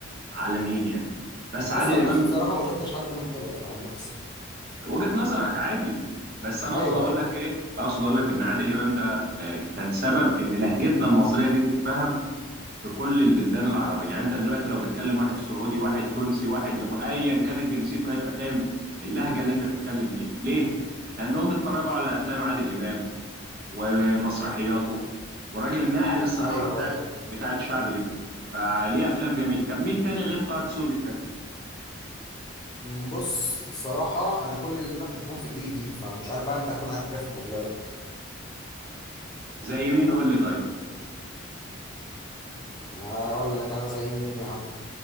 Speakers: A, on the right; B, on the left.
A: عالميين يعني بس
B: بص
A: عادل
B: عن
A: امام
B: نفسي بصراحه ما شفتش حد منهم حلو يعني عن نفسي
A: وجهة نظرك عادي بس انا
B: ايوه
A: اقصد اقول
B: ايوه
A: لك ايه اقصد اقول لك ان عادل امام ده آه، كان سبب ان لهجتنا المصريه دي تتفهم في كل البلدان العربيه يعني انت دلوقتي لو بتكلم واحد سعودي واحد تونسي واحد إما- ايا كانت جنسيته هيبقى فاهم اللهجه اللي انت بتتكلم بيها ليه لانهم اتفرجوا على افلام عادل امام ومسرحياته وراجل نقل الثقافه
B: ايوه
A: بتاعت
B: ايوه
A: بتاعت شعب ليهم فليه افلام جميله طب مين تاني غير طه دسوقي بتحبه
B: أمم، بص الصراحه انا كل اللي انا بحبهم في الجيل الجديد فمش عارف بقى انت هتكون عارفهم ولا لا
A: زي مين قول لي طيب
B: هقول لك انا زي مين يا عم